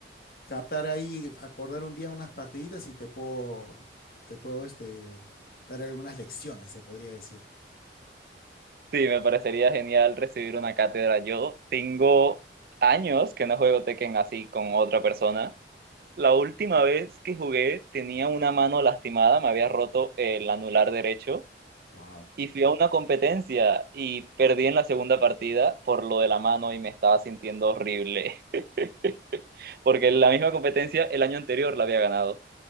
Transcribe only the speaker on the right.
sí, me parecería genial recibir una cátedra. Yo tengo años que no juego Tekken así con otra persona. La última vez que jugué tenía una mano lastimada, me había roto el anular derecho
Y fui a una competencia y perdí en la segunda partida por lo de la mano y me estaba sintiendo horrible, <laughs> porque la misma competencia el año anterior la había ganado.